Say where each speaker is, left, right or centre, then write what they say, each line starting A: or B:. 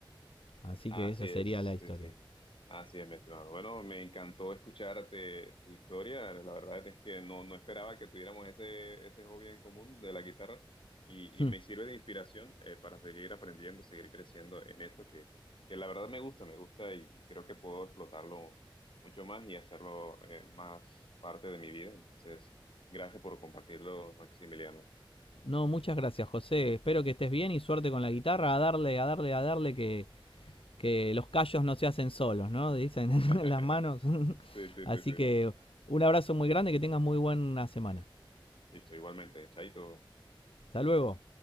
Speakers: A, on the left; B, on the left.
A: Así
B: Así
A: que esa
B: es,
A: sería la historia.
B: sí, sí. Así es, mi estimado. Bueno, me encantó escucharte tu historia. La verdad es que no, no esperaba que tuviéramos ese, ese hobby en común de la guitarra y,
A: Hmm.
B: y me sirve de inspiración eh, para seguir aprendiendo, seguir creciendo en esto que, que la verdad me gusta, me gusta y, y creo que puedo explotarlo mucho más y hacerlo eh, más parte de mi vida. Entonces, gracias por compartirlo, Maximiliano.
A: No, muchas gracias, José. Espero que estés bien y suerte con la guitarra. A darle, a darle, a darle que, que los callos no se hacen solos, ¿no? <laughs> Dicen en
B: <laughs>
A: las manos. <laughs>
B: Sí, sí,
A: Así
B: sí, sí.
A: que un abrazo muy grande y que tengas muy buena semana.
B: Listo, igualmente. Chaito.
A: Hasta luego.